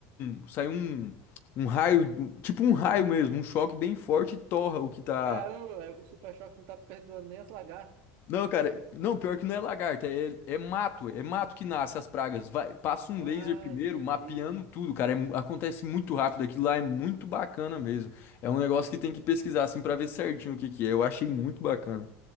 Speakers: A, on the left; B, on the right.
A: um- sai um, um raio, tipo um raio mesmo, um choque bem forte, e torra o que tá
B: Caramba, velho, o super choque não tá perdoando nem as lagartas.
A: Não, cara, não, pior que não é lagarta, é, é mato, é mato que nasce as pragas. Vai, passa um
B: Ah,
A: laser primeiro,
B: entendi.
A: mapeando tudo, cara. é mu- acontece muito rápido, aquilo lá é muito bacana mesmo. É um negócio que tem que pesquisar assim pra ver certinho o que que é. Eu achei muito bacana.